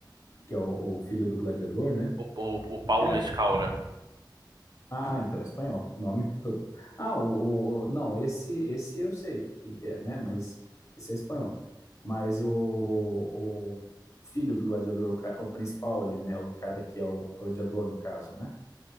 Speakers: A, on the left; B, on the right.
A: que é o, o filho do gladiador, né?
B: O, o, o Paulo
A: Cara,
B: Mescal, né?
A: ah, então é espanhol, nome <laughs> todo. Ah, o, o- o- não, esse esse eu sei quem que é, né? Mas esse é espanhol. Mas o, o filho do gladiador, o, ca- o principal ali, né? O cara que é o gladiador no caso, né?